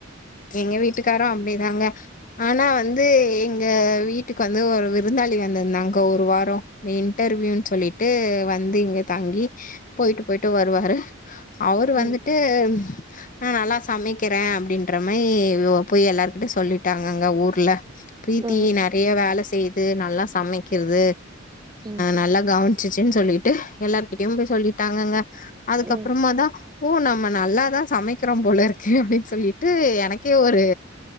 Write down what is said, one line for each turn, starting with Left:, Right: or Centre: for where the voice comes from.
Left: எங்க வீட்டுக்காரோ அப்டிதாங்க ஆனா வந்து எங்க வீட்டுக்கு வந்து ஒரு விருந்தாளி வந்திருந்தாங்க ஒரு வாரோ இன்டர்வியூன்னு சொல்லிட்டு வந்து இங்க தாங்கி போயிட்டு போயிட்டு வருவாரு அவரு வந்துட்டு
Right: ம்
Left: நா நல்லா சமைக்கற அப்டின் ற மாரி போய் எல்லார் கிட்டயோ சொல்லிட்டாங்க அங்க ஊர்ல பிரீத்தி
Right: ம்
Left: நறைய வேல செய் து நல்லா சமைக்கிது
Right: ம்
Left: நல்லா கவுன்ச்சின்னு சொல்லிட்டு எல்லார்கிட்டயோ போய் சொல்லிட்டாங்கங்க அதுக்கப்பறமா
Right: ம்
Left: தா ஓ நம்ம நல்லாதா சமைக்கிறோ போல இருக்கு அப்டின்னு சொல்லி ட்டு எனக்கே ஓரு